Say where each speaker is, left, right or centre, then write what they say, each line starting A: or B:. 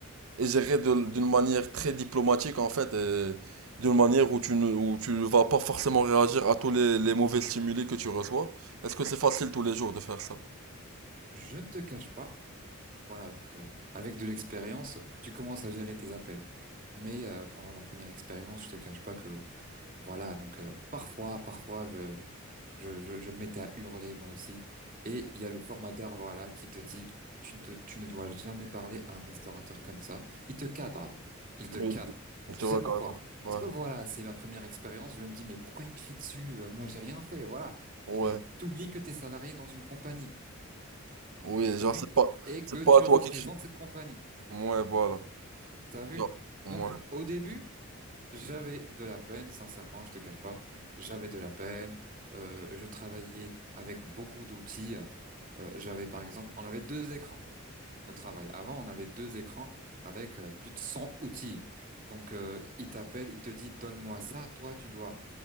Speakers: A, on the right (about 80°); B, on the right (about 40°).
A: et gérer de- d'une manière très diplomatique en fait et d'une manière où tu ne, où tu ne vas pas forcément réagir à tous les, les mauvais stimuli que tu reçois. Est-ce que c'est facile tous les jours de faire ça?
B: Je ne te cache pas, voilà, donc euh, avec de l'expérience, tu commences à gérer tes appels. Mais euh, pendant ma première expérience, je te cache pas que, voilà, donc euh, parfois, parfois, je, Je, je, je me mettais à hurler moi aussi. Et il y a le formateur, voilà, qui te dit, tu ne, te- tu ne dois jamais parler à un restaurateur comme ça. Il te cadre. Il te
A: Oui.
B: cadre.
A: Elle
B: Tu
A: te
B: sais
A: regarde.
B: pourquoi? Parce
A: Ouais.
B: que voilà, c'est ma première expérience. Je me dis, mais pourquoi il me crie dessus? Euh, Moi, j'ai rien fait, voilà.
A: Ouais.
B: Mais t'oublies que t'es salarié dans une compagnie.
A: Oui,
B: T'as
A: genre
B: vu?
A: c'est pas
B: Et que
A: c'est pas
B: tu
A: à toi
B: représentes
A: qui crie.
B: cette compagnie.
A: Ouais, voilà.
B: T'as vu?
A: Genre, ouais.
B: Donc, au début, J'avais de la peine, sincèrement, je te cache pas. J'avais de la peine. Euh, je travaillais avec beaucoup d'outils. Euh, j'avais par exemple, on avait deux écrans au travail. Avant, on avait deux écrans avec euh, plus de 100 outils. Donc, euh, il t'appelle, il te dit, donne-moi ça. Toi, tu dois